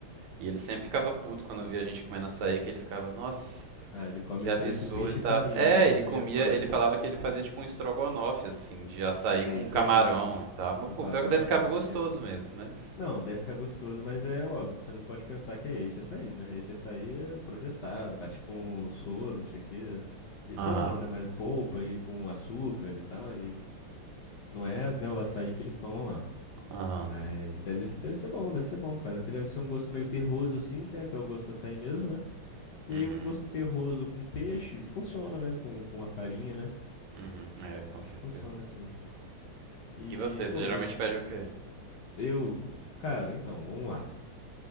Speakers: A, on the right; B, on the left.
A: E ele sempre ficava puto quando via a gente comendo açaí, que ele ficava, nossa,
B: Ah, ele come
A: que absurdo
B: isso aí com peixe
A: e tal.
B: e farinha,
A: É,
B: né?
A: ele
B: Aí
A: comia,
B: é foda.
A: ele falava que ele fazia tipo um estrogonofe, assim, de açaí
B: É
A: com
B: isso
A: camarão
B: aí.
A: e tal. Mas,
B: Com
A: pô,
B: farofa,
A: pior que deve ficar gostoso
B: não sei o quê.
A: mesmo, mas.
B: Não, deve ficar gostoso, mas é óbvio, você não pode pensar que é esse açaí, né? Esse açaí é processado, bate com soro, não sei o quê. E,
A: Aham.
B: soro não, né? Mas polpa e com açúcar e tal. E não é, né, o açaí que eles tomam lá.
A: Aham.
B: Mas deve, se- deve ser bom, deve ser bom, cara. Que deve ser um gosto meio terroso, assim, que é, que é o gosto do açaí mesmo, né? E
A: Uhum,
B: aí um gosto terroso com peixe funciona, né? Com, com a farinha, né?
A: uhum, é, com
B: Acho
A: certeza.
B: que funciona, assim. E,
A: E você, você
B: pô,
A: geralmente
B: mas
A: pede o quê?
B: eu. Cara, então, vamos lá.